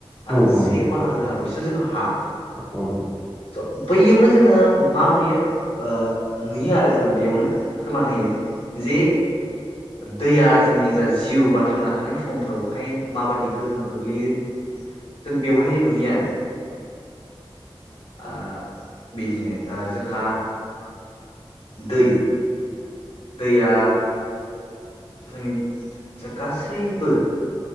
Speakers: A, in the centre; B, on the left.
A: औ
B: आरो
A: औ
B: से
A: औ
B: बाहागोआल'सो जोंहा हा।
A: गोजोननाय
B: स' बैयावनो जोङो मा नुयो ओ नुयो आरो जोङो बेयावनो फोरमान होयो। जि दैया जोंनि जा जिउ बा थांना थानाय समफोरावहाय माबायदि गोहोम गोग्लैयो जों बेवहायनो नुयो आरो। आ बिदिनो ओ जोंहा दै। दैया जोंनि जा गासैबो